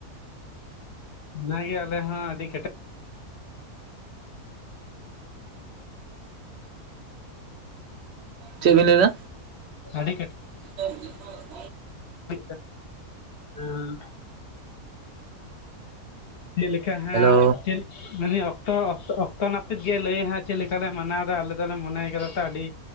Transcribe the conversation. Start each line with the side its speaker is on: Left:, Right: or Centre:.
Left: ᱱᱟᱭᱜᱮ ᱟᱞᱮ ᱦᱚᱸ ᱟᱹᱰᱤ ᱠᱮᱴᱮ
Right: ᱪᱮᱜ ᱵᱤᱱ ᱞᱟᱹᱭ ᱫᱟ
Left: ᱟᱹᱰᱤ ᱠᱮᱴ
Right: <inaudible>
Left: <inaudible> ᱦᱮᱸ ᱡᱮᱞᱮᱠᱟ ᱦᱟᱸᱜ
Right: ᱦᱮᱞᱳ
Left: <inaudible> ᱢᱮᱱᱧ ᱚᱠᱛᱚ <inaudible> ᱚᱠᱛᱚ ᱱᱟᱹᱯᱤᱛ ᱜᱮ ᱞᱟᱹᱭ ᱦᱟᱜ ᱪᱮᱫ ᱞᱮᱠᱟᱞᱮ ᱢᱟᱱᱟᱣᱫᱟ ᱟᱞᱮ ᱫᱚᱞᱮ ᱢᱚᱱᱮᱭ ᱠᱟᱫᱟ ᱛᱚ ᱟᱹᱰᱤ